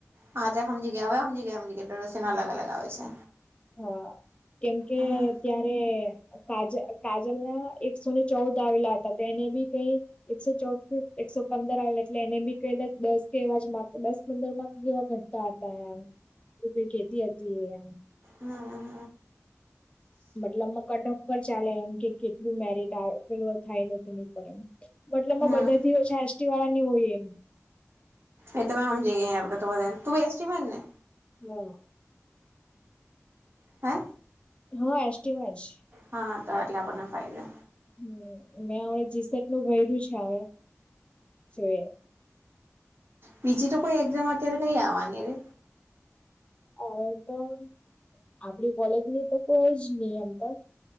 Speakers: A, on the right (about 50°); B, on the left (about 20°).
A: હા, તં સમજી ગયા હ, સમજી ગયા સમજીયા ડરોસીના અલગ
B: હા
A: અલગ આવે છે.
B: હા, કેમ કે
A: હમ
B: ત્યારે કાજલ, કાજલ ના એકસો ને ચૌદ આવેલા હતા તેને બી કઈ એકસો ચૌદ એકસો પંદર આવે એટલે એને બી ક દા દસ, કે એવા માર્ દસ પંદર માર્ક જેવા ઘટતા હતા, એમ તો કઈ કેતી હતી. એ એમ
A: નવાો ન
B: મતટલ, અમ કટ ઓફ પર ચાલે એમ કે કેટલું મેરિટ આવેલુ થાય નથી, ની પર એમ મતલબમાં
A: હમ
B: બધા થી હોય છે. એસટી વાળા ની હોય એમ
A: એ તમે હમ, જ ગ આપડે તો બધા તું બેસ્ટમે ને
B: હ
A: હે
B: હા, એસીમાં જ
A: હા તો એટલે આપણને ફાયદો
B: હમ, મેં હણા જીસર્ટ નું ભહેર્યું છે. હ જોઈ
A: બીજી, તો કોઈ એક્ઝામ અત્યારે કઈ આવવાની રે
B: હવે, તો આપડી કોલેજની તો કોઈ જ નહી એમ તો